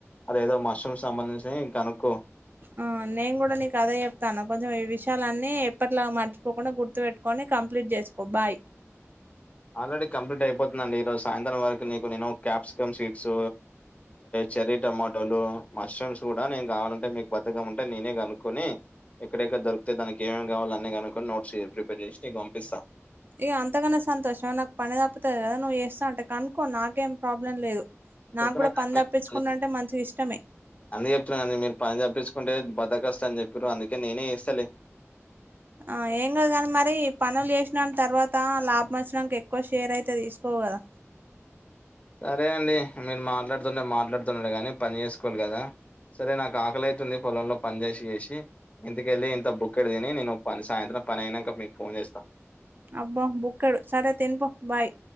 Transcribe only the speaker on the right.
ఆ నేను కూడా నీకు అదే చెప్తున్నా. కొంచెం ఈ విషయాలన్నీ ఎప్పటిలాగా మరచి పోకుండా పోకుండా గుర్తు పెెట్టుకొని కంప్లీట్ చేసుకో బాయ్
ఏ అంతగాన సంతోషం నాకు పని తప్పుతాది కదా నువ్వు చేస్తాను అంటే కనుక్కో నాకేం ప్రాబ్లం లేదు. నాకు
కూడా
పని తప్పించుకుండు అంటే మంచిగా ఇష్టమే
ఆ ఏం కాదుగాని మరి పనులు చేసిన తర్వాత లాభం వచ్చినాక ఎక్కువ షేర్ అయితే తీసుకోవు కదా. ఫ
అబ్బా, బుక్కడు సరే తినిపో. బాయ్